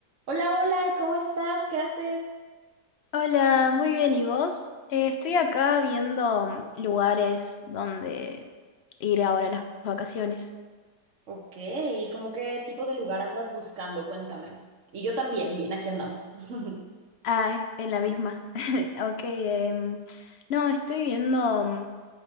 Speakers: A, on the right; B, on the left.
A: Hola, hola, ¿cómo estás? ¿Qué haces?
B: Hola, muy bien, ¿y vos? Eh, estoy acá viendo mm, lugares donde ir ahora a las vacaciones.
A: Ok, ¿y ¿cómo qué tipo de lugar andas buscando? Cuéntame. Y yo también, bien, aquí andamos. <laughs>
B: Ah, en la misma. <laughs> Ok, em, no, estoy viendo. mm,